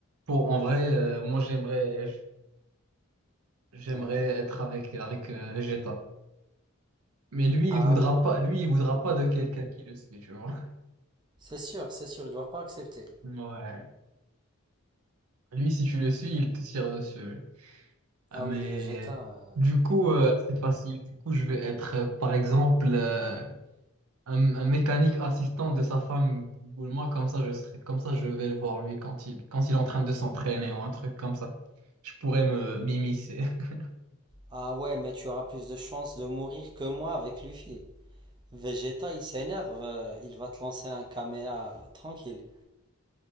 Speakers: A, on the right; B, on the right.
A: Pour, en vrai, euh, moi, j'aimerais, j'aimerais
B: Ouais.
A: être avec, avec euh, Vegeta. Mais lui,
B: Ah
A: il voudra
B: ouais.
A: pas, lui, il voudra pas de quelqu'un qui le suit, tu vois.
B: C'est sûr, c'est sûr, il ne doit pas accepter.
A: Ouais. Lui, si tu le suis, il te tire dessus. Ah,
B: Ah
A: Mais
B: oui, Vegeta. euh,
A: du coup, euh, c'est facile. Du coup, je vais être, euh, par exemple, euh, un, un mécanique assistant de sa femme ou moi, comme ça, je serais, comme ça, je vais le voir, lui, quand il, quand il est en train de s'entraîner ou un truc comme ça. Je pourrais me m'immiscer. <laughs>
B: Ah ouais, mais tu auras plus de chances de mourir que moi avec Luffy. Vegeta, il s'énerve, euh, il va te lancer un caméa tranquille.